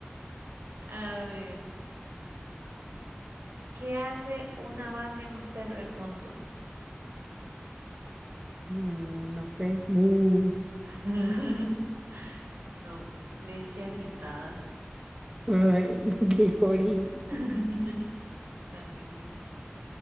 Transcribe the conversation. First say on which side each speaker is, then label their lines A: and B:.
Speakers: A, on the right; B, on the right.
A: A ver, ¿qué hace una vaca en un terremoto?
B: Mm, no sé. Mm,
A: <laughs> No, leche agitada.
B: ay, <laughs> Glory.
A: <laughs> Malísimo.